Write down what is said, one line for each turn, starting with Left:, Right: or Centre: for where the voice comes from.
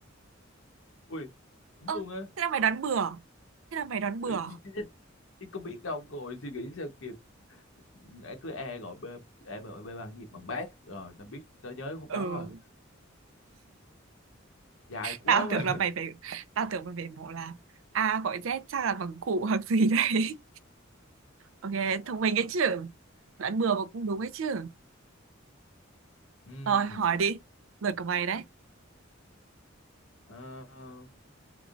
Left: ui đúng
Right: Ơ,
Left: luôn á
Right: thế là mày đoán bừa. Thế là mày đoán bừa.
Left: Ừ, chứ, chứ, chứ có biết đâu rồi suy nghĩ sao kịp ai cứ e gọi b e mà gọi b bằng gì bằng bác rồi tao biết tao nhớ khúc
Right: Ừ,
Left: đó rồi dài quá
Right: tao
Left: mà
Right: tưởng là mày
Left: <laughs>
Right: phải... Tao tưởng mày phải bảo là A gọi Z chắc là bằng cụ hoặc gì đấy. Ok,
Left: Trời
Right: thông minh ấy
Left: ơi.
Right: chứ. Đoán bừa mà cũng đúng ấy chứ.
Left: Ừm,
Right: Rồi, hỏi đi. Lượt của mày đấy.
Left: ờ,